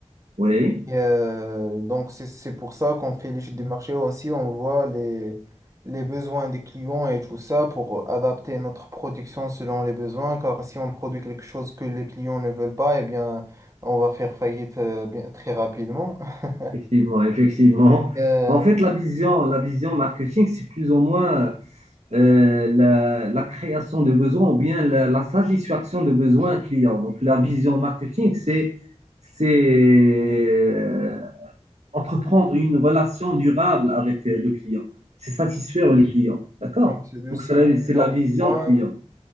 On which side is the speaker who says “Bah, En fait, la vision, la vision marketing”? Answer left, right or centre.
Right